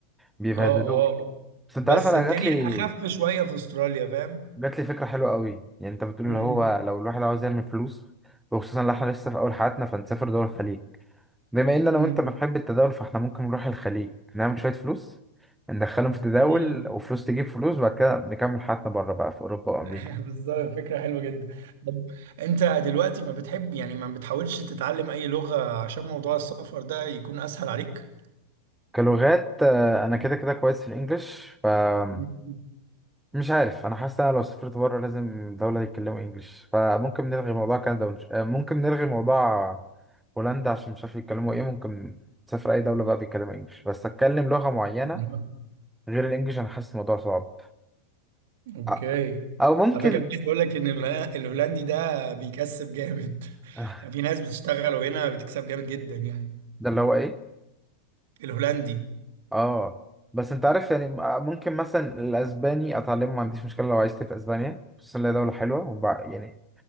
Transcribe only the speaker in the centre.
بيبهدلوك
بس انت
عارف انا
جات لي
جات لي فكرة حلوة قوي يعني انت بتقول
اللي هو لو الواحد عاوز يعمل فلوس وخصوصا لو احنا لسه في اول حياتنا فنسافر دول الخليج بما ان انا
وانت بنحب التداول فاحنا ممكن نروح الخليج نعمل شوية فلوس ندخلهم في تداول
وفلوس تجيب فلوس وبعد كده نكمل حياتنا بره بقى في اوروبا وامريكا
كلغات آه، انا كده كده كويس في الانجليش فمش
عارف انا حاسس إن انا لو سافرت بره لازم دولة يتكلموا انجليش فممكن نلغي موضوع كندا ونش... آه، ممكن نلغي موضوع هولندا عشان مش عارف يتكلموا ايه ممكن تسافر اي دولة بقى بيتكلموا انجليش بس اتكلم لغة معينة
غير الانجليش انا حاسس الموضوع صعب
آه، او ممكن
<laughs>
ده اللي هو ايه
اه بس انت عارف يعني م- ممكن مثلا الاسباني اتعلمه ما عنديش مشكله لو عشت في اسبانيا خصوصا إن هي دوله حلوه وبع... يعني